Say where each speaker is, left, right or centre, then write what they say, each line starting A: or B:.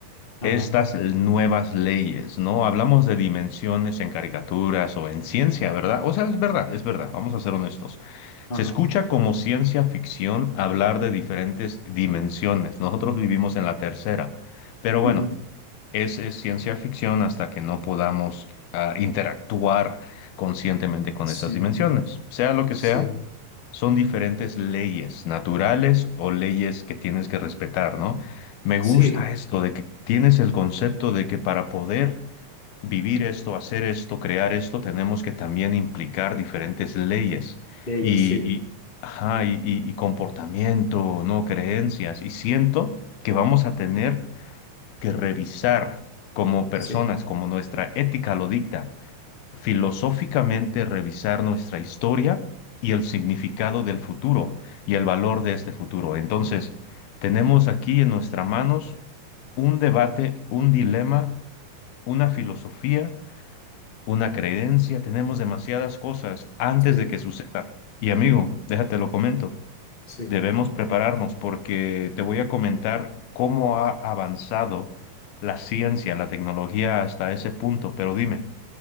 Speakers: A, on the left (about 40°); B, on the left (about 85°).
A: Ajá,
B: Estas l- nuevas leyes, ¿no? Hablamos de dimensiones en caricaturas o en ciencia, ¿verdad? O sea, es verdad, es verdad, vamos a ser honestos.
A: ajá.
B: Se escucha como ciencia ficción hablar de diferentes dimensiones. Nosotros vivimos en la tercera, pero bueno,
A: ujú.
B: es, es ciencia ficción hasta que no podamos ah, interactuar conscientemente con estas
A: Sí,
B: dimensiones. Sea lo que
A: sí,
B: sea, son diferentes leyes naturales o leyes que tienes que respetar, ¿no? Me gusta
A: sí,
B: esto de que tienes el concepto de que para poder vivir esto, hacer esto, crear esto, tenemos que también implicar diferentes leyes
A: leyes,
B: y,
A: sí,
B: y, ajá, y- y- y comportamiento, ¿no? Creencias. Y siento que vamos a tener que revisar como personas,
A: sí,
B: como nuestra ética lo dicta, filosóficamente revisar nuestra historia y el significado del futuro y el valor de este futuro. Entonces, tenemos aquí en nuestras manos un debate, un dilema, una filosofía una creencia, tenemos demasiadas cosas antes
A: sí,
B: de que suceda. Y amigo, déjate lo comento,
A: sí,
B: debemos prepararnos porque te voy a comentar cómo ha avanzado la ciencia, la tecnología hasta ese punto. Pero dime,